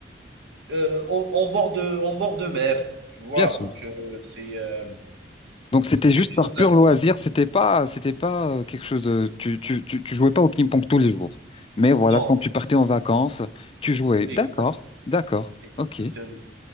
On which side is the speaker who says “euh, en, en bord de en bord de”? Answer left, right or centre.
Right